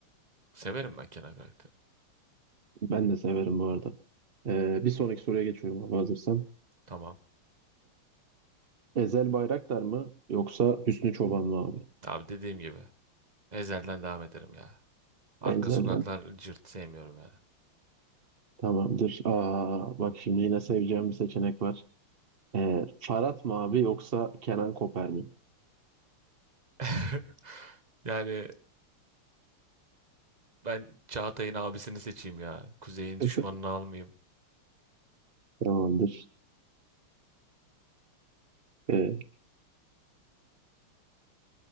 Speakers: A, on the right (about 25°); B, on the right (about 85°).
A: Severim ben Kenan karakteri.
B: ben de severim bu arada. Ee, bir sonraki soruya geçiyorum abi hazırsan.
A: Tamam.
B: Ezel Bayraktar mı yoksa Hüsnü Çoban mı abi?
A: Abi dediğim gibi. Ezel'den devam ederim ya. Arka
B: Ezel'den
A: sokaklar cırt sevmiyorum yani.
B: Tamamdır. Aa, bak şimdi yine seveceğim bir seçenek var. Ee, Farhat mı abi yoksa Kenan Koper mi?
A: <laughs> Yani ben Çağatay'ın abisini seçeyim ya. Kuzey'in
B: <laughs>
A: düşmanını almayayım.
B: Tamamdır. Ee,